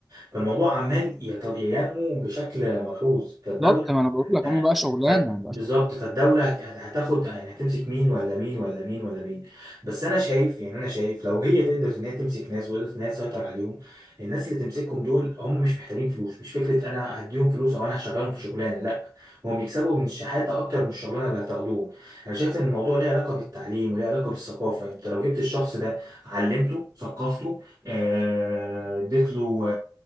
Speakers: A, on the right; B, in the centre.
A: فالموضوع عمال يت- ينمو بشكل ملحوظ فالدولة
B: بالظبط ما انا بقول لك
A: هت-
B: هم بقى شغلانة
A: ف-
B: بقى
A: بالظبط فالدولة هت- هت- هتاخد يعني هتمسك مين ولا مين ولا مين ولا مين بس أنا شايف يعني أنا شايف لو هي تقدر إن هي تمسك ناس وقدرت إن هي تسيطر عليهم الناس اللي تمسكهم دول هم مش محتاجين فلوس مش فكرة أنا هديهم فلوس أو أنا هشغلهم في شغلانة لا هم بيكسبوا من الشحاتة أكتر من الشغلانة اللي هتاخدوهم أنا شايف إن الموضوع ليه علاقة بالتعليم وليه علاقة بالثقافة أنت لو جبت الشخص ده علمته ثقفته آه، اديت له